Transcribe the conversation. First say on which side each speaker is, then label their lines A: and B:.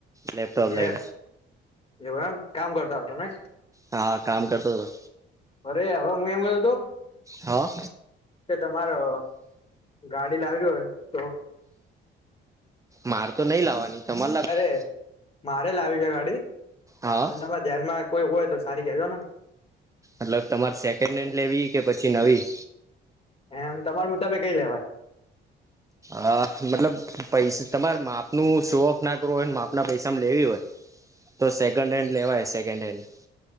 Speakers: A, on the right; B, on the left.
A: લેપટોપ
B: ઘેર
A: લઇન
B: એવું એમ કામ કરતા હશો ને
A: હા કામ કરતો હતો
B: અરે હવે હું એમ ગયો હતો
A: હા.
B: કે તમારો ગાડી લાવી હોય તો
A: માર તો નહી લાવવાની તમારે લાવીએ
B: અરે મારે લાવી છે ગાડી
A: હા
B: પણ તમારે ધ્યાનમાં કોઈ હોય તો સારી કહેજો ને
A: મતલબ તમારે સેકન્ડ હેન્ડ લેવી કે પછી નવી
B: એમ તમારા મુતાબે કઈ લેવા
A: અ મતલબ પૈસા તમારે માપનું શો ઓફ ના કરવો હોય માપના પૈસા લેવી હોય
B: <inaudible>
A: તો સેકન્ડ હેન્ડ લેવાય સેકન્ડ હેન્ડ